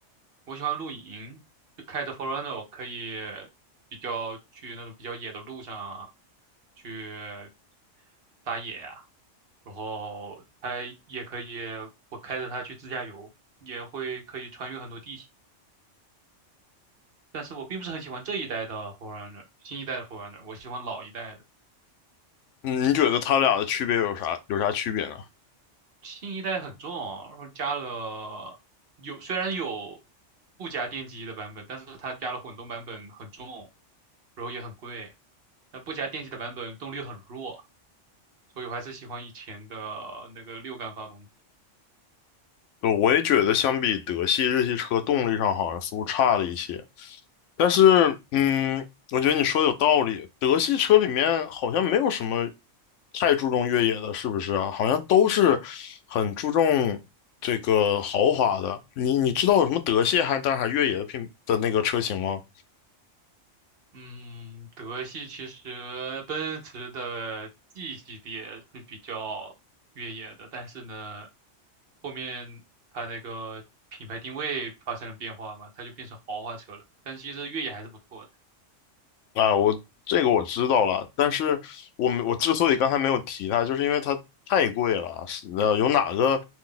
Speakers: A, on the right; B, on the left.
A: 我喜欢露营，就开着 f o r u n n e r 我可以比较去那种比较野的路上啊去打野啊，然后它也可以，我开着它去自驾游，也会可以穿越很多地形。但是我并不是很喜欢这一代的 Forerunner，新一代的 Forerunner，我喜欢老一代的。
B: 嗯，你觉得它俩的区别有啥有啥区别呢？
A: 新一代很重啊，然后加了有虽然有不加电机的版本，但是它加了混动版本很重，然后也很贵。但不加电机的版本动力很弱，所以我还是喜欢以前的那个六缸发动机。
B: 呃我也觉得相比德系、日系车，动力上好像似乎差了一些。但是，嗯，我觉得你说的有道理。德系车里面好像没有什么太注重越野的，是不是啊？好像都是很注重这个豪华的。你你知道有什么德系还但是还越野的品的那个车型吗？
A: 嗯，德系其实奔驰的 G 系列是比较越野的，但是呢，后面它那个品牌定位发生了变化嘛，它就变成豪华车了。但是其实越野还是不错的。
B: 啊，我这个我知道了，但是我们我之所以刚才没有提它，就是因为它太贵了。是呃，有哪个